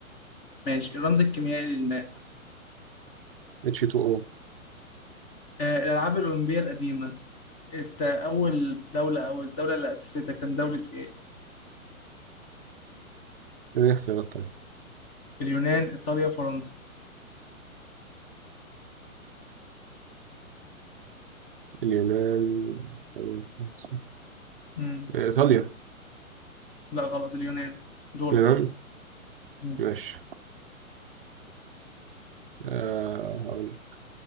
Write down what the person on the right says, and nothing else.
اتش 2 او
دي الاختيارات طيب
اليونان طيب خمسة.
ايطاليا
اليونان
ماشي أه هقول لك.